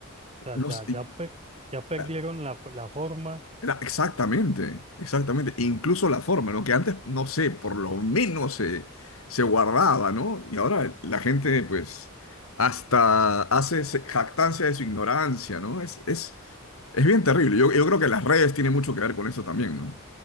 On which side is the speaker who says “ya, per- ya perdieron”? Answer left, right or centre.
Right